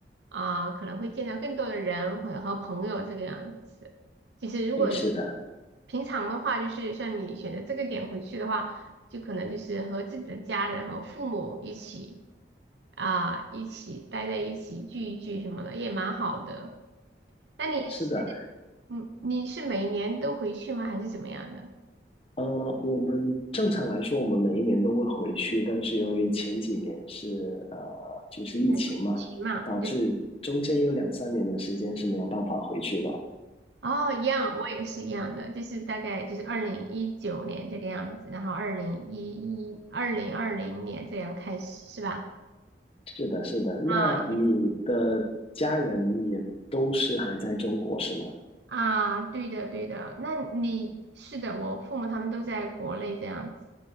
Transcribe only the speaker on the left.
哎，是的，
是的，
呃，我们正常来说，我们每一年都会回去，但是由于前几年是呃，就是疫情嘛，
导致中间有两三年的时间是没有办法回去的。
是的，是的。那你的家人也都是还在中国是吗？